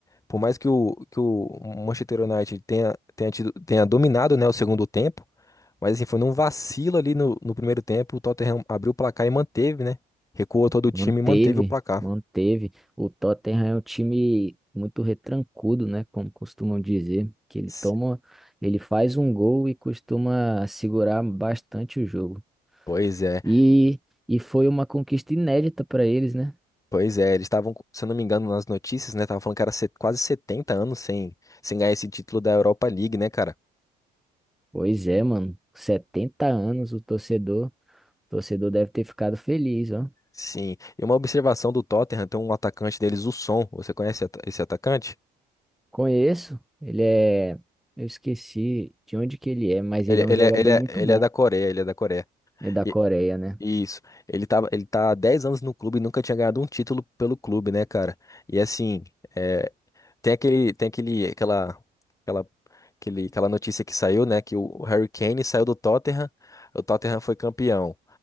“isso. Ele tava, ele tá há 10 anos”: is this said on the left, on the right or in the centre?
Left